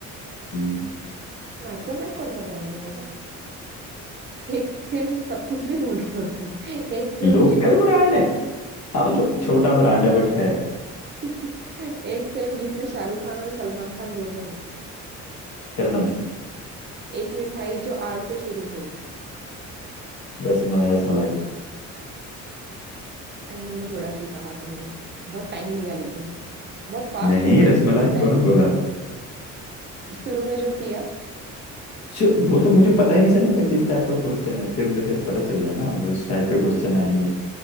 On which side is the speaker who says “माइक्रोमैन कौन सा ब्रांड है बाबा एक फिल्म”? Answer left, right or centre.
Right